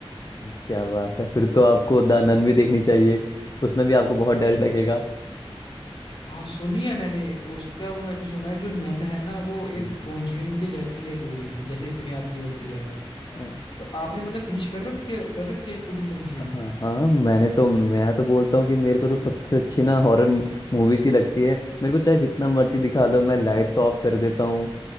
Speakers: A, on the left; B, on the left.
A: हम्म। क्या बात है फिर तो आपको द नन भी देखनी चाहिए उसमें भी आपको बहुत डर लगेगा
B: हाँ सुनी है मैंने उसका मैं जो सुना है जो नन है ना वो
A: हम्म,
B: एक कॉन्जरिंग के जैसी है पूरी जैसे इसमें आती होती है
A: हम्म।
B: तो आपने मतलब फिनिश कर रखी है कर रखी है पूरी कॉन्जरिंग
A: हाँ हाँ मैंने तो मैं तो बोलता हूँ कि मेरे को तो सबसे अच्छी ना हॉरर मूवीज ही लगती है मेरे को चाहे जितना मर्जी दिखा दो मैं लाइट्स ऑफ कर देता हूँ